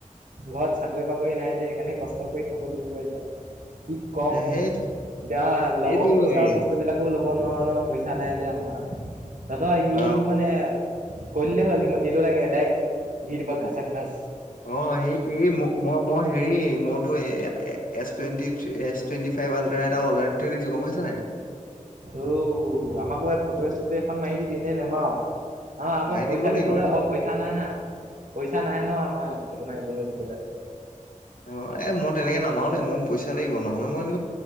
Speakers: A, on the right; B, on the left.
A: ঘৰত চাকৰি-বাকৰি নাই যে, সেইকাৰণে কষ্ট কৰি খাব লাগিব এতিয়া। কি কম
B: সেইটো
A: এতিয়া
B: সেইটোৱে
A: লগৰ পইচা বস্তুবিলাক ল'ব নোৱাৰো নহয় পইচা নাই যে আমাৰ। তহঁতৰ ইও
B: অ
A: মানে কৈ দিলেই হ'ল ইটো লাগে ডাইৰেক্ট দি দিব ঘাচা ঘাঁচ।
B: অ', সেইটোৱে ম-মই মই হেৰি মইতো এ এ S twenty, S twenty five ultra এটা অৰ্ডাৰ দি থৈ দিছো গম হৈছে নাই?
A: অ', আমাকো এই ফটো চটো এখন মাৰি দিবি নে নেমাৰ'? অ', আকৌ
B: মাৰি
A: পইচা
B: দিব
A: দিবলৈ
B: লাগিব এই
A: অ', পইচা নাই না পইচা নাই ন' আমাৰ ফটো মাৰিবলৈ দিবলৈ
B: অ', এ মই তেনেকে নামাৰো দেই মোৰ পইচা লাগিব নহলে মই <unintelligible>